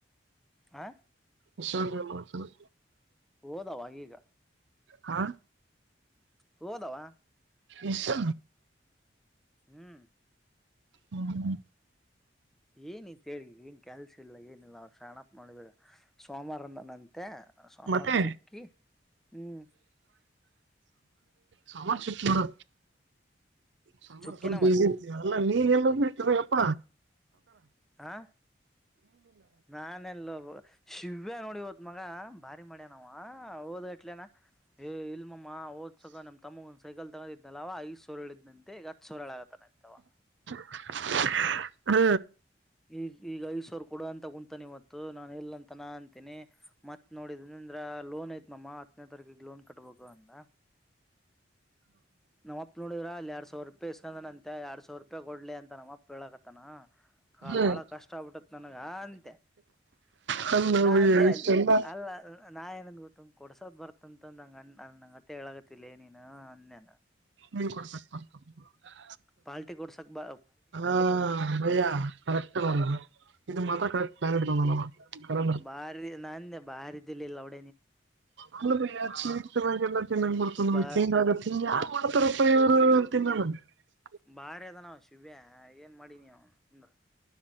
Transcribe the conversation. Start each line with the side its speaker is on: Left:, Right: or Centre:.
Centre: ಹ
Right: ಅ ಮಾಡ
Centre: ಹೋದಾವ ಈಗ
Right: ಹಾ
Centre: ಹೋದಾವ
Right: ಎಷ್ಟ
Centre: ಹ್ಮ್
Right: ಹ್ಮ
Centre: ಏನಿತ್ೇಳಿ ಏನ್ ಕೆಲ್ಸ ಇಲ್ಲ ಏನಿಲ್ಲ ಅವ್ರು ಶರಣಪ್ಪ ನೋಡೋಿದ್ರೆ ಸೋಮವಾರಿಂದ ನನ್ ತ್ತ ಸೋಮಾರ
Right: ಮತ್ತೆ
Centre: ಚುಕ್ಕಿ ಹ್ಮ್
Right: ಸಾಮಾನ ಚಟ್ಟಿ ಹೊರ ಸ್ವಲ್ಪ
Centre: ಚುಕ್ಕಿನ
Right: ಬಿರ್
Centre: ಮತ್ತೆ
Right: ಅಲ್ಲ ನೀರ್ ಎಲ್ಲ ಬಿಟ್ಟ ಅಪ್ಪ
Centre: ಹಾ ನಾನೆಲ್ಲ ಶಿವ್ಯ ನೋಡಿವತ್ತು ಮಗ ಭಾರಿ ಮಡ್ಯಾನ ನಾವ್ ಹಓದ್ ಅಟ್ಲನ ಏ ಇಲ್ ಮಮ ಓದ್ಸಗ ನಮ್ ತಮಗ ಒಂದ್ ಸೈಕಲ್ ತಗೊಂಡಿದನಲ್ಲ ಐಸ್್ರು ಹೇಳಿದ ನಂತೆ ಈಗ ಹತ್ತು ಸುಳ್ಳ ಆಗತ್ತಾನೆಂತವ
Right: ಹ್ಮ್
Centre: ಈಗ ಈಗ ಐದ್ಸವ್ರ ಕೊಡ ಅಂತ ಕುಂತಾನ ಇವತ್ತು ನಾನು ಎಲ್ಲ ಅಂತಾನ ಅಂತೀನಿ ಮತ್ ನೋಡಿದ ಅಂದ್ರ ಲೋನ್ ಐತ್ ಮಮ ಹತ್ತನೇ ತಾರೀಕಿಗೆ ಲೋನ್ ಕಟ್ಬೇಕು ಅಂದ ನಮ್ಮಪ್ಪ ನೋಡಿದ್ರ ಅಲ್ಲಿ ಎರಡ್ ಸ ಸಾವರ್ ರೂಪಿ ಇಸ್ಕಂದ ಅಂತೆ ಎರಡ್ ಸಾವಿರ ರೂಪಾಯ ಕೊಡ್ಲಿ ಅಂತ ನಮ್ಮಪ್ಪ ಹೇಳಕತನ
Right: ಹ್ಮ್
Centre: ಬಾಳ ಕಷ್ಟ ಆಗ್ಬಿಟ್ಟತ್ ನನಗ ಅಂತೆ
Right: ಹಣ್ಣು
Centre: ನಂದೆ
Right: ಬಯ್ಯ ಇಷ್ಟೆಲ್ಲ
Centre: ಅದು ಅ ಅಲ್ಲ ನಾ ಏನಂದ್ ಗೊತ್ತ ಕೊಡ್ಸ್ದ್ ಬರ್ತಂತ ನಂಗ ನಂಗತೆ ಹೇಳಗತಿಿಲ್ಲ ನೀನು ಅನ್ೇ
Right: ನೀವು ಪಡ್ತತ <unintelligible>
Centre: ಪಾರ್ಟಿ ಕೊಡ್ಸಕ್ ಬಾ
Right: ಹಾ ಭಯ್ಯ ಕರೆಕ್ಟ್ ಇದು ಮಾತ್ರ ಕರೆಕ್ಟ್ ಕರೆನ
Centre: ಬಾರಿ ನಾನ್ೆ ಬಾರಿ ಇದಿಲ್ <unintelligible>
Right: ಅಲ್ಲ ಬಯ ಚೀಟ್ ಚೆನ್ನಾಗ ಎಲ್ಲ ಚೆನ್ನಾಗಿ್ ಬಡ್ತ ನಮಗೆ
Centre: ಬಾ
Right: ಚೇ್ ಆಗ ಹಂಗೆ <unintelligible>
Centre: ಬಾರಿ ಅದ ನಾವ ಶಿಬಿ ಏನ್ ಮಾಡಿನಿ ಅಂದ್ರ